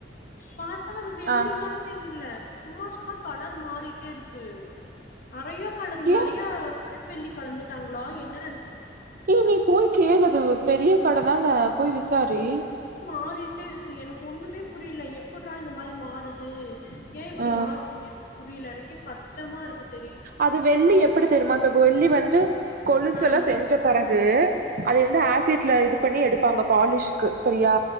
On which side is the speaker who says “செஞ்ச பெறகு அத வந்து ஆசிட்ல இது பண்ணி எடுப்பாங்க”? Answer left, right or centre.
Right